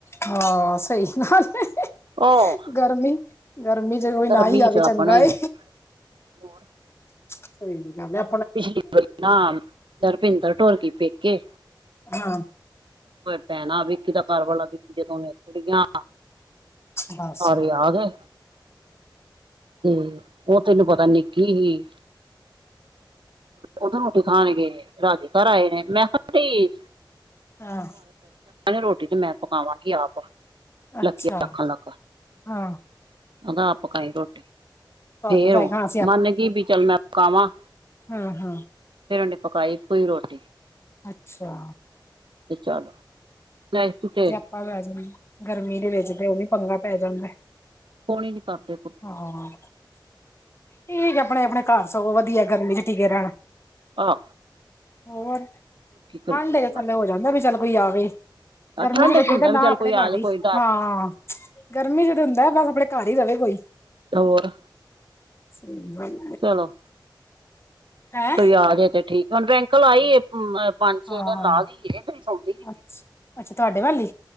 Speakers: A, on the left; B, on the right.
A: ਹਾਂ ਸਈ ਗਲ ਐ,
B: ਆਹ
A: ਗਰਮੀ ਗਰਮੀ ਚ ਕੋਈ
B: ਗਰਮੀ
A: ਨਾ ਈ ਆਵੇ
B: ਚ
A: ਚੰਗਾ
B: ਆਪਣਾ ਹੀ
A: ਐ
B: ਹੋਰ
A: ਸਈ ਗੱਲ ਐ।
B: ਪਿਛਲੀ ਬਈ ਨਾ ਰਪਿੰਦਰ ਤੌਰ ਪਈ ਪੇਕੇ
A: ਹਾਂ।
B: ਭੈਣਾ ਵਿਕੀ ਦਾ ਘਰਵਾਲਾ ਵਿਕੀ ਜਦੋਂ ਮੈਂਥੜੀਆਂ
A: ਬਸ
B: ਸਾਰੇ
A: ਹਾਂ
B: ਯਾਦ ਐ। ਉਹ ਤੈਨੂੰ ਪਤਾ ਨਿੱਕੀ ਹੀ ਉਦੋਂ ਰੋਟੀ ਖਾਣਗੇ ਰਾਜੇ ਘਰ ਆਏ ਨੇ ਮੈਂ ਸੁੱਤੀ ਸੀ।
A: ਹਾਂ।
B: ਰੋਟੀ ਤੇ ਮੈਂ ਪਕਾਵਾਂਗੀ ਆਪ
A: ਅੱਛਾ
B: ਲੱਕੀਆਂ ਲੱਖਾਂ ਲਗ
A: ਹਾਂ
B: ਉਦਾ ਆ ਪਕਾਈ ਰੋਟੀ
A: ਤੁਹਾਨੂੰ
B: ਫੇਰ
A: ਪੈ
B: ਓ
A: ਜਾਣਾ
B: ਮੰਨ ਗਈ ਬ ਚੱਲ ਮੈਂ ਪਕਾਵਾਂ
A: ਹੂੰ-ਹੂੰ।
B: ਫੇਰ ਉਨੇ ਪਕਾਈ ਕੋਈ ਇੱਕੋ ਈ ਰੋਟੀ।
A: ਅੱਛਾ।
B: ਚਲੋ <unintelligible>
A: ਆਓ ਲੈ ਜਾਵਾ, ਗਰਮੀ ਦੇ ਵਿੱਚਦੇ ਓਵੀ ਪੰਗਾ ਪੈ ਜਾਂਦਾ।
B: ਕੋਣੀ ਨੀ ਕਰਦੇ ਕੁ
A: ਹਾਂ। ਠੀਕ ਐ ਅਪਣੇ-ਅਪਣੇ ਘਰ ਸਗੋਂ ਵਦੀਆ ਗਰਮੀ ਚ ਟਿਕੇ ਰੈਣ
B: ਆਂ।
A: ਹੋਰ,
B: ਕਰੀਏ
A: ਠੰਡ ਇਚ ਥੱਲੇ ਹੋ ਜਾਂਦਾ ਵੀ ਚੱਲ ਕੋਈ ਆਵੇ
B: ਆ
A: ਗਰਮੀ
B: ਠੰਡੇ
A: ਚ <unintelligible>
B: ਹੁੰਦਾ
A: ਨਾ
B: ਵੀ ਚੱਲ
A: ਅਪਣੇ
B: ਕੋਈ
A: ਘਰ
B: ਆ
A: ਦੀ,
B: ਜਾ ਕੋਈ ਡਰ
A: ਹਾਂ
B: ਨੀ
A: ਗਰਮੀ ਚ ਤੇ ਹੁੰਦਾ ਬਸ ਅਪਣੇ ਘਰ ਈ ਰਵੇ ਕੋਈ।
B: ਹੋਰ।
A: ਸਈ ਗਲ
B: ਚਲੋ
A: ਹੈਂ
B: ਕੋਈ ਆ ਗਿਆ ਤੇ ਠੀਕ ਹੁਨ ਬੈਂਕਲ ਆਈ ਏ। ਹੂੰ, ਐ ਪੰਜ,
A: ਹਾਂ
B: ਛੇ ਦਿਨ
A: ਹਾਂ
B: ਲਾ ਵੀ ਗੇ ਤੇ ਸੋਂਦੇ ਹਨ ਸੀਗੇ,
A: ਅੱਛ ਅੱਛਾ ਤੁਹਾਡੇ ਵੱਲ ਈ